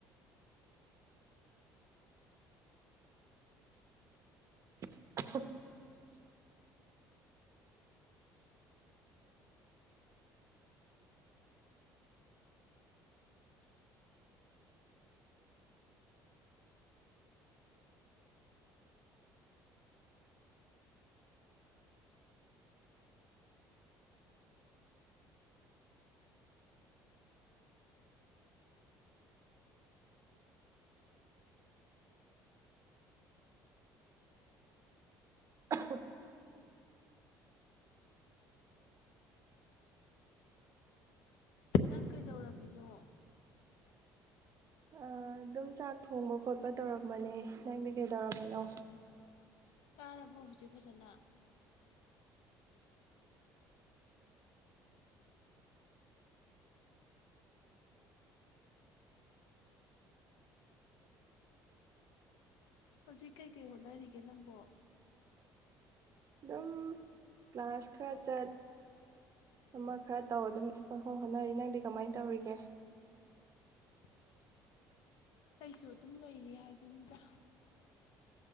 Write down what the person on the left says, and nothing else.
ꯅꯪ ꯀꯩꯗꯧꯔꯝꯃꯤꯅꯣ
ꯇꯥꯔꯕꯣ ꯍꯧꯖꯤꯛ ꯐꯖꯅ ꯍꯧꯖꯤꯛ ꯀꯩꯀꯩ ꯍꯣꯠꯅꯔꯤꯒꯦ ꯅꯪꯕꯣ
ꯑꯩꯁꯨ ꯑꯗꯨꯝ ꯂꯩꯔꯤ ꯍꯥꯏꯗꯨꯅꯤꯗ